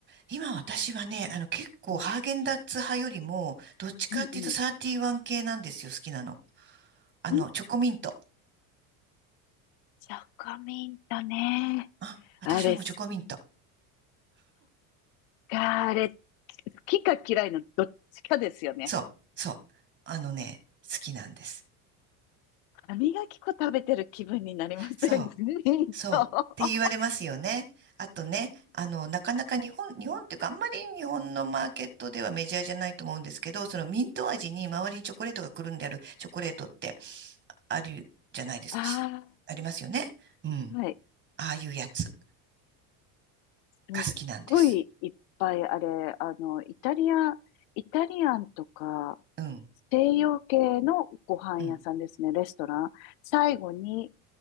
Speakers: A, on the right; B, on the left.
A: 今私はね、あの、結構ハーゲンダッツ派よりも、
B: うん、
A: どっちかっていうとサーティワン系なんですよ、
B: うん、う
A: 好きなの。あの、
B: ん。うん、
A: チョコミント。
B: チョコミントね。
A: あ、私はもうチョコミント。
B: あれ、そっか、あれ、好きか嫌いのどっちかですよね。
A: そう、そう。あのね、好きなんです。
B: 歯磨き粉食べてる気分になりません
A: そう、
B: <laughs> ミント。
A: そう。
B: <laughs>
A: って言われますよね。あとね、あの、なかなか日本、日本っていうか、あんまり日本のマーケットではメジャーじゃないと思うんですけど、そのミント味に周りにチョコレートがくるんであるチョコレートってあるじゃないですか。
B: ああ、
A: しありますよね。うん。
B: はい。
A: ああいうやつ
B: すっごいいっぱいあれ、
A: が好きなんです。
B: あの、イタリア、イタリアンとか、
A: うん、
B: 西洋系のご飯屋さんですね、
A: うん。
B: レストラン。最後に、